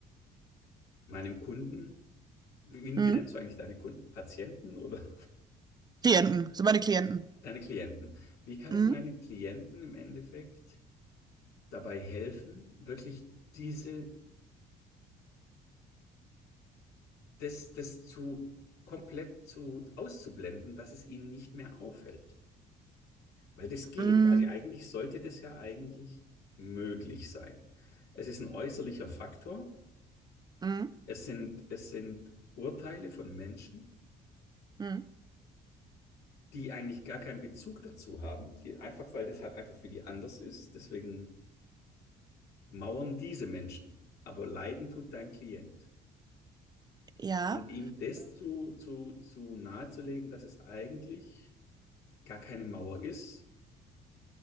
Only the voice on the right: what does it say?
Mhm.
Klienten, sind meine Klienten.
Mhm.
Mhm.
Mhm.
Mhm.
Ja.